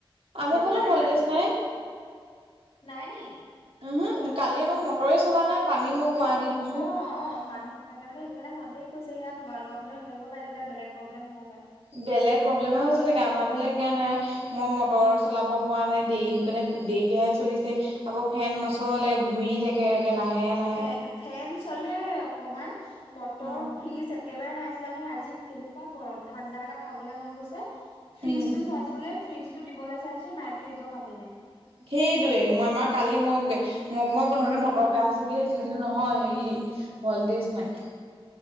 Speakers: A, on the right; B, on the left.
A: আমাৰ
B: সেইটো
A: ফালও
B: কাৰণে
A: ভলটেজ
B: মান
A: নাই।
B: নাই নি?
A: উহু, কালি আমাৰ মটৰেই চলা নাই পানী মই কুঁৱা
B: অ',
A: দি ধুইছো
B: অ' অ', মানুহবিলাকে মানে সেইটো কাৰণে সন্দেহ কৈছে, সেয়া তোমালোকৰ ফালেও নাথাকিব পাৰে, তেতিয়া বেলেগ প্ৰবলেম হ'ব পাৰে।
A: বেলেগ প্ৰব্লেমহে হৈছে চাগে, আমাৰ ফালে সেইয়া নাই, মই মটৰ চলাব পৰা নাই, দেৰি মানে দেৰিকেহে চলিছে, আকৌ ফেন নচলে, ঘূৰি থাকে একে লাহে লাহে
B: ফে-ফেন চলে অকমান, মটৰ
A: অ
B: ফ্ৰিজ এক কেবাৰে নাই চলা নহয়, আজি কেনেকুৱা গৰম, ঠাণ্ডা এটা খাবলৈ মন গৈছে ফ্ৰিজ
A: উম
B: টো চাইছো যে ফ্ৰিজ টো দিবলৈ চাইছো নাই ফ্ৰিজৰ কামে নাই।
A: সেইটোয়ে মই আমাৰ কালি মই -মই প্ৰথমতে মটৰ বেয়া হৈছে বুলি ভাবিছিলো কিন্তু নহয় হেৰি ভল্টেজ নাই।
B: উ